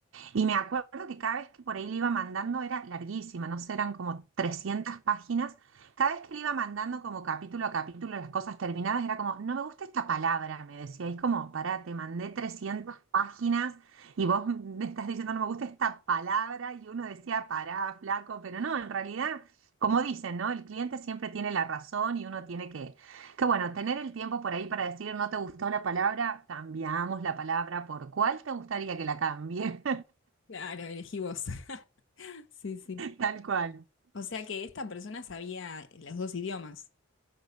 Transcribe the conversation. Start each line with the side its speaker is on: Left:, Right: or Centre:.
Right: Y me acuerdo que cada vez que por ahí le iba mandando era larguísima, no sé, eran como 300 páginas. Cada vez que le iba mandando como capítulo a capítulo las cosas terminadas, era como, no me gusta esta palabra, me decía. Y es como, pará, te mandé 300 páginas y vos <laughs> me estás diciendo, no me gusta esta palabra. Y uno decía, pará, flaco, pero no, en realidad, como dicen, ¿no? El cliente siempre tiene la razón y uno tiene que, que bueno, tener el tiempo por ahí para decir, no te gustó la palabra, cambiamos la palabra por cuál te gustaría que la cambie.
Left: Claro, elegí vos. <laughs> Sí, sí.
Right: Tal cual.
Left: O sea que esta persona sabía los dos idiomas.